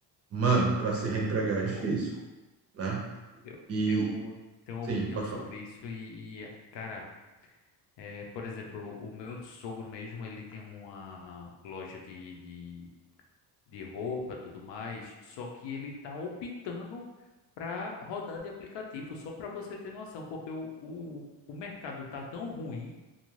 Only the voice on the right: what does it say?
mano, para se reempregar é difícil,
né?
E
sim,
pode
falar.